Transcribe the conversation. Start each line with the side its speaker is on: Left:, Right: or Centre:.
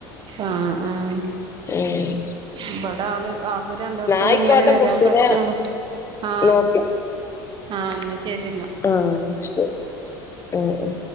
Right: ആഹ് ആഹ്
Left: ഏഹ്
Right: ഇബടെ ആള് ആൾക്ക് രണ്ട് വർഷം
Left: ആയിക്കോട്ടെ
Right: കഴിഞ്ഞാലേ വരാൻ
Left: കുട്ടീനെ
Right: പറ്റൊള്ളൂ ആഹ്
Left: നോക്കി
Right: ആഹ് ഇന്ന ശരിന്ന
Left: ആഹ് ശരി അഹ അഹ